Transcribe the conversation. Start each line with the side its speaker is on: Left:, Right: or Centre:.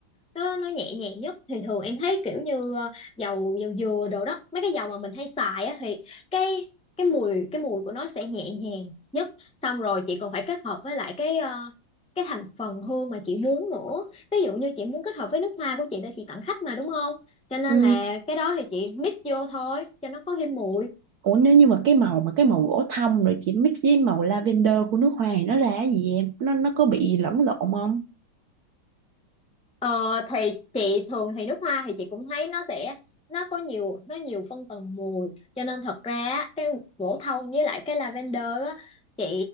Centre: nó nó nhẹ nhàng nhất thì thường em thấy kiểu như ờ, dầu dầu dừa đồ đó mấy cái dầu mà mình hay xài á thì cái cái mùi cái mùi của nó sẽ nhẹ nhàng nhất xong rồi chị còn phải kết hợp với lại cái ờ, cái thành phần hương mà chị muốn nữa ví dụ như chị muốn kết hợp với nước hoa của chị để chị tặng khách mà đúng không cho nên
Right: Ừ.
Centre: là cái đó thì chị mix vô thôi cho nó có thêm mùi
Right: Ủa nếu như mà cái màu mà cái màu gỗ thông rồi chị mix với màu lavender của nước hoa thì nó ra cái gì em? Nó nó có bị lẫn lộn không?
Centre: ờ, thì chị thường thì nước hoa thì chị cũng thấy nó sẽ nó có nhiều nó nhiều phân tầng mùi cho nên thật ra á, cái gỗ thông với lại cái lavender á chị